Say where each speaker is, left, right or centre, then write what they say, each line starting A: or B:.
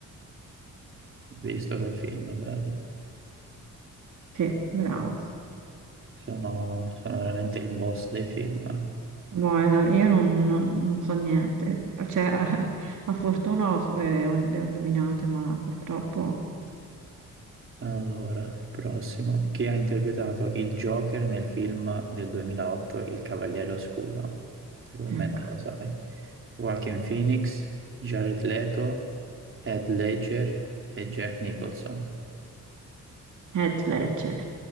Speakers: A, on the right (about 40°); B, on the right (about 65°).
A: ho visto quel film, bello.
B: Sì, bravo.
A: Sono, sono veramente il boss dei film.
B: Boh, da- io non, non- non so niente. Cioè, <laughs> a fortuna ho- eh, ho- le ho indovinate, ma purtroppo...
A: Allora, il prossimo. Chi ha interpretato il Joker nel film del 2008, Il Cavaliere Oscuro? Secondo
B: Ecco.
A: me non lo sai. Joaquin Phoenix, Jared Leto, Heath Ledger e Jack Nicholson.
B: Heath Ledger.